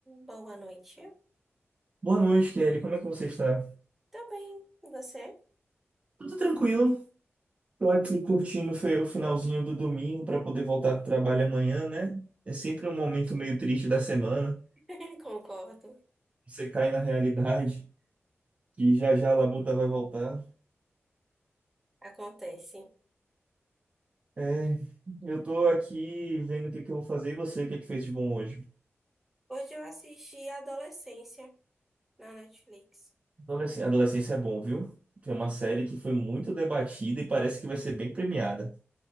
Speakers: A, in the centre; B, on the right.
A: Boa noite.
B: Boa noite, Kelly. Como é que você está?
A: Tô bem, e você?
B: Tudo tranquilo. Tô aqui curtindo fe- o finalzinho do domingo para poder voltar para o trabalho amanhã, né? É sempre um momento meio triste da semana.
A: <laughs> Concordo,
B: Você cai na realidade que já já a labuta vai voltar.
A: acontece.
B: É, eu tô aqui vendo o que que eu vou fazer e você, o que é que fez de bom hoje?
A: Hoje eu assisti Adolescência na Netflix.
B: Adolesc- Adolescência é bom, viu? Tem uma série que foi muito debatida e parece que vai ser bem premiada.